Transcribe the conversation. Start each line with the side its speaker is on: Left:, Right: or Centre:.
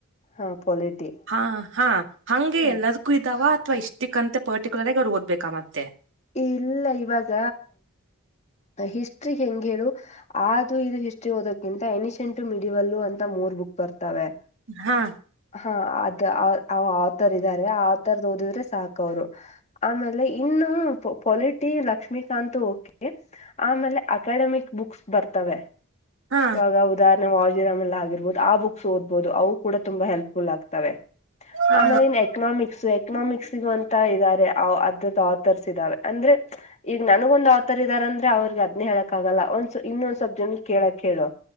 Left: ಹಾ ಪೊಲಿಟಿ
Right: ಹಾ ಹಾ ಹಂಗೆ
Left: ಹಾ
Right: ಎಲ್ಲದಕ್ಕೂ ಇದ್ದಾವ ಅ ತ್ವ ಇಷ್ ಇದ್ಕ್ಕಂತ ಪರ್ಟಿಕ್ಯುಲರ್ಗಿ ಅವ್ ಓದ್ಬೇಕಾ ಮತ್ತೆ
Left: ಇಲ್ಲ ಇವಾಗ ಹಿಸ್ಟ್ರಿ ಹೆಂಗ್ ಹೇಳು ಅದು ಇದು ಹಿಸ್ಟ್ರಿ ಓದಕ್ಕಿಂತ ಎನಿಸೆಂಟ ಮಿಡಿವಲ್ಲ ಅಂತ ಮೂರ್ ಬುಕ್ ಬರ್ತವೆ
Right: ಹಾ
Left: ಹಾ ಅದು ಆ ಆಥರ್ ಇದ್ದಾರೆ ಆ ಆಥರ್ದ ಓದಿದ್ರೆ ಸಾಕವ್ರು ಆಮೇಲೆ ಇನ್ನು ಪೊಲಿಟಿ ಲಕ್ಷ್ಮೀಕಾತ್ ಓಕೆ ಆಮೇಲೆ ಅಕಾಡೆಮಿಕ್ ಬುಕ್ಸ್ ಬರ್ತವೆ
Right: ಹಾ
Left: ಇವಾಗ ಉದಾರ್ ನ ವಾಜಿರಾಮ್ ಎಲ್ಲ ಆಗಿರ್ಬಹುದು ಆ ಬುಕ್ಸ್ ಓದಬೋದು ಅವು ಕೂಡ ತುಂಬಾ ಹೆಲ್ಪ್ಫುಲ್ ಆಗ್ತವೆ
Right: ಹಾ
Left: ಆಮೇಲೆ ಇನ್ ಎಕನಾಮಿಕ್ಸ್ ಎಕನಾಮಿಕ್ಸ್ಗ ಇದ್ದಾರೆ ಅದ್ರದ ಆಥರ್ಸ್ ಇದ್ದಾವೆ ಅಂದ್ರೆ ಈಗ ನನಗ ಒಂದು ಆಥರ್ ಇದ್ದಾರೆ ಅಂದ್ರೆ ಅವ್ರಿಗೆ ಅದ್ನೆ ಹೇಳಕಾಗಲ್ಲ ಒಂದ್ ಇನ್ನೊಂದ್ ಸಬ್ಜೆಕ್ಟ್ ಕೇಳಕ್ಕೆ ಹೇಳೇಳೋ